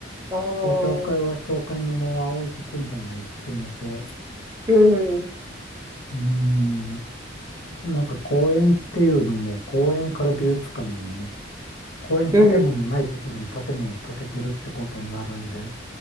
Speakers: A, on the right; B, on the left.
A: ああー、
B: こう、教会は教会のまま置いとくんじゃないっていうのと、
A: うん、うん、
B: うーん、なんか公園っていうのも、公園から美術館にね、公園建物ないところに建物建ててるってことになるんで、
A: うん、